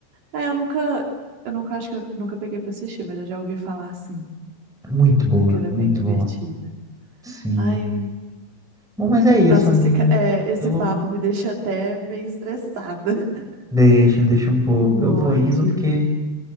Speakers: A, on the right; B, in the centre.
A: É, eu nunca, eu nunca acho que eu nunca peguei pra assistir, mas eu já ouvi falar assim,
B: Muito boa,
A: dizem que era
B: muito
A: bem divertida.
B: boa. Sim.
A: Ai,
B: Bom, mas é isso,
A: nossa,
B: amiga.
A: esse, ca- é, esse
B: Eu
A: papo me deixa até meio estressada. <laughs>
B: deixa deixa um pouco.
A: Um
B: Eu
A: ódio.
B: vou indo porque,